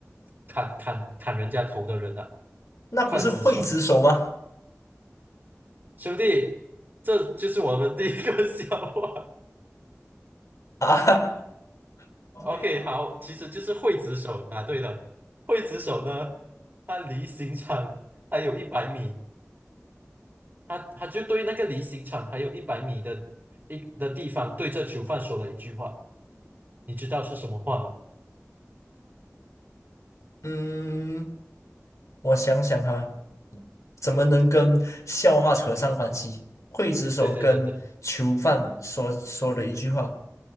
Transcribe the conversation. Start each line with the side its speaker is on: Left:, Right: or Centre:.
Right: 砍砍砍人家头的人啊，
Left: 那不是刽子手吗？
Right: 刽子手，兄弟，这就是我们第一个 <laughs> 笑话。
Left: 啊，<laughs> o
Right: OK，
Left: k
Right: 好，其实就是刽子手，答对了。刽子手呢，他离刑场还有一百米，他他就对那个离刑场还有一百米的一的地方，对着囚犯说了一句话，你知道是什么话吗？
Left: 嗯。我想想哈，怎么能跟笑话扯上关系？刽子手跟囚犯说说了一句话，
Right: 对对对对